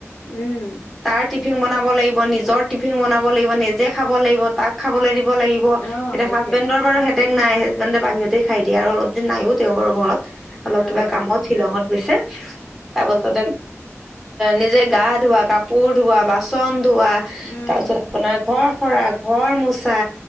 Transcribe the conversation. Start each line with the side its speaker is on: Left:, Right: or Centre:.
Left: উম
Centre: তাৰ টিফিন বনাব লাগিব নিজৰ টিফিন বনাব লাগিব নিজে খাব লাগিব তাক খাবলে দিব লাগিব।
Left: অ'
Centre: এতিয়া
Left: সেইটোৱেইটো
Centre: হাজবেণ্ডৰ বাৰু হেদেক নাই হাজবেণ্ডে বাহিৰতেই খাই দিয়ে আৰু অলপ দিন নাইও তেওঁ বাৰু ঘৰত। অলপ
Left: অ'
Centre: কিবা
Left: অ'
Centre: কামত শ্বিলঙত গৈছে তাৰপাছতে
Left: অ'
Centre: নিজে গাত- ধোৱা, কাপোৰ ধোৱা, বাচন ধোৱা,
Left: উম
Centre: তাৰ পিছত আপোনাৰ ঘৰ সৰা, ঘৰ মোচা